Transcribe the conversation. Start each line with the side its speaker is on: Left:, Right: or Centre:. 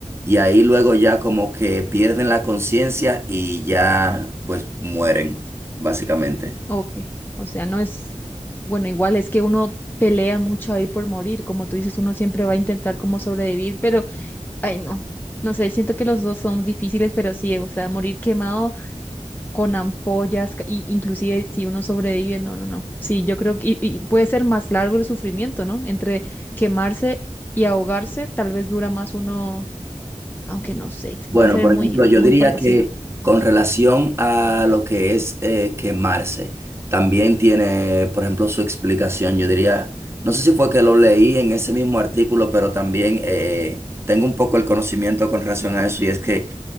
Right: Y ahí luego ya como que pierden la conciencia y ya pues mueren, básicamente.
Left: ok. O sea, no es, bueno, igual es que uno pelea mucho ahí por morir, como tú dices, uno siempre va a intentar como sobrevivir, pero, ay, no, no sé, siento que los dos son difíciles, pero sí, o sea, morir quemado con ampollas, ca- y inclusive si uno sobrevive, no, no, no. Sí, yo creo que y, y puede ser más largo el sufrimiento, ¿no? Entre quemarse y ahogarse, tal vez dura más uno, aunque no sé,
Right: Bueno,
Left: puede ser
Right: por
Left: muy,
Right: ejemplo,
Left: muy
Right: yo diría
Left: parecido.
Right: que con relación a lo que es eh, quemarse, también tiene, por ejemplo, su explicación. Yo diría, no sé si fue que lo leí en ese mismo artículo, pero también eh, tengo un poco el conocimiento con relación a eso y es que